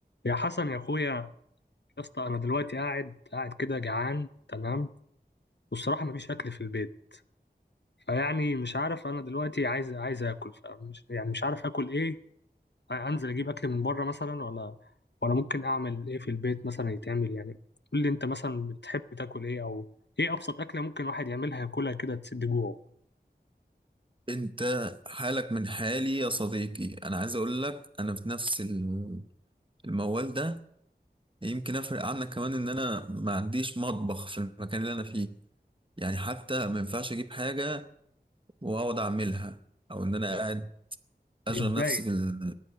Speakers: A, on the left; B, on the right.
A: يا حسن يا اخويا يا اسطى انا دلوقتي قاعد قاعد كده جعان تمام والصراحه مفيش اكل في البيت فيعني مش عارف انا دلوقتي عايز عايز اكل فمش يعني مش عارف اكل ايه انزل اجيب اكل من بره مثلا ولا ولا ممكن اعمل ايه في البيت مثلا يتعمل يعني قول لي انت مثلا بتحب تاكل ايه او ايه ابسط اكله ممكن واحد يعملها ياكلها كده تسد جوعه
B: انت حالك من حالي يا صديقي انا عايز اقول لك انا في نفس ال- الموال ده يمكن افرق عنك كمان ان انا ما عنديش مطبخ في المكان اللي انا فيه يعني حتى ما ينفعش اجيب حاجة واقعد اعملها او ان انا
A: آه،
B: قاعد اشغل
A: يتضايق
B: نفسي بال-